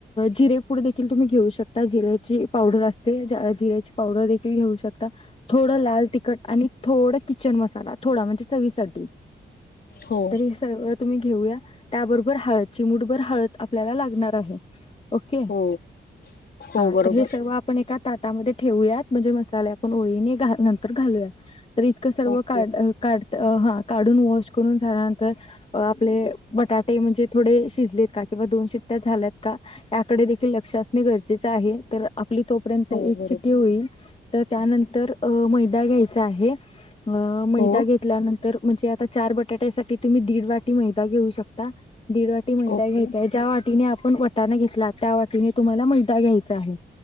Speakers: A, on the left (about 30°); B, on the left (about 55°).
A: जिरेपूड देखील तुम्ही घेऊ शकता जिऱ्याची पावडर असते जिऱ्याची पावडर दे खील घेऊ शकता थोडं लाल तिखट आणि थोड किचन मसाला थोडा म्हणजे चवीसाठी
B: हो
A: तर हे सगळं तुमी घेऊया त्याबरोबर हळद चिमूठभर हळद आपल्याला लागणार आहे. ओके
B: हो हो
A: हा
B: बरोबर
A: तर हे सर्व आपण एका ताटामध्ये ठेवूयात म्हणजे मसाले आपण ओळीने नंतर घालूया तर इतकं सर्व
B: ओके
A: काढ हा काढून वॉश करून झाल्यानंतर आपले बटाटे म्हणजे थोडे शिजलेत का किंवा दोन शिट्ट्या झाल्यात का याकडे देखील लक्ष असणे गरजेचं आहे तर आपली तो पर्यंत
B: हो
A: एक
B: बरोबर
A: चिटठी होईल तर त्यानंतर मैदा घ्यायचा आहे. अ मैदा
B: हो
A: घेतल्यानंतर म्हणजे आता चार बटाट्यासाठी तुम्ही दीड वाटी मैदा घेऊ शकता. दीड वाटी मैदा
B: ओके
A: घ्यायचाय ज्या वाटीने आपण ता घेतला त्या वाटीने तुम्हाला मैदा घ्यायचा आहे